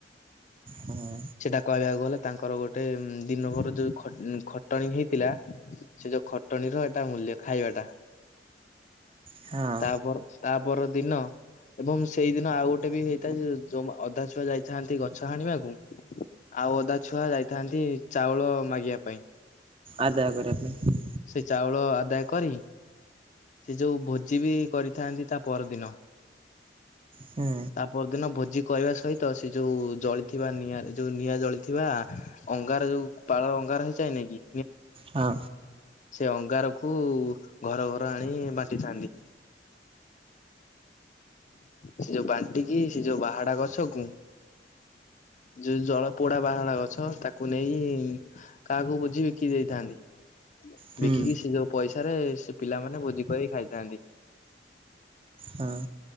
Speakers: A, on the right; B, on the left.
A: ହୁଁ
B: ସେଟା କହିବାକୁ ଗଲେ ତାଙ୍କର ଗୋଟେ ଦିନବର ଯୋଉ ଖଟଣି ହେଇଥିଲା ସେ ଯୋଉ ଚଟଣୀର ଏଟା ମୂଲ୍ୟ ଖାଇବାଟା
A: ହଁ
B: ତାପ ତାପ ଦିନ ଏବଂ ସେଇଦିନ ଆଉ ଗୋଟେ ବି ହେଇଥାଏ ଯେ ଯୋଉ ଅଧା ଛୁଆ ଯାଇଥାନ୍ତି ଗଛ ହାଣିବାକୁ ଆଉ ଅଧା ଛୁଆ ଯାଇଥାନ୍ତି ଚାଉଳ ମାଗିବା ପାଇଁ
A: ଆଦାୟ କରିବା ପାଇଁ।
B: ସେ ଚାଉଳ ଆଦାୟ କରି ସେ ଯୋଉ ଭୋଜି ବି କରିଥାନ୍ତି ତା ପରଦିନ
A: ହୁଁ
B: ତା ପରଦିନ ଭୋଜି କହିବା ସହିତ ସେ ଯୋଉ ଜଳିଥିବା ନିଆଁରେ ଯୋଉ ନିଆଁ ଜଳିଥିବା ଅଙ୍ଗାର ଯୋଉ ପାଳ ଅଙ୍ଗାର ହେଇଯାଏ ନେଇକି
A: ହଁ।
B: ସେ ଅଙ୍ଗାରକୁ ଘର ଘର ପାଣି ବାଟିଥାନ୍ତି। ସେ ଯୋଉ ବାଣ୍ଟିକି ସେ ଯୋଉ ବାହାଡା ଗଛକୁ ଯୋଉ ଜଳ ପୋଡା ବାହାଡା ଗଛ ତାକୁ ନେଇ କାହାକୁ ବୁଝି ବିକି ଦେଇଥାନ୍ତି।
A: ହୁଁ
B: ବିକିକି ସେ ଯଉ ପଇସାରେ ସେ ପିଲାମାନେ ଭୋଜି କରି ଖାଇଥାନ୍ତି।
A: ହଁ